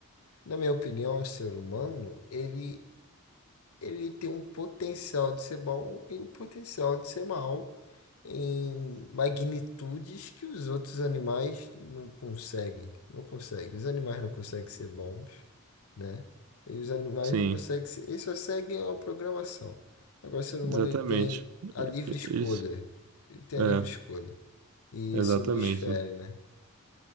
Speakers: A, on the left; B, on the right.
A: na minha opinião, o ser humano, ele ele tem um potencial de ser bom e o potencial de ser mal. em magnitudes que os outros animais não conseguem. Não conseguem. Os animais não conseguem ser bons, né? E os animais
B: Sim,
A: não conseguem ser. Eles só seguem uma programação. Agora, o ser humano
B: exatamente.
A: ele tem a
B: E-
A: livre
B: e-
A: escolha.
B: Eles,
A: Ele tem
B: é,
A: a livre escolha. E
B: exatamente,
A: isso nos fere,
B: né?
A: né?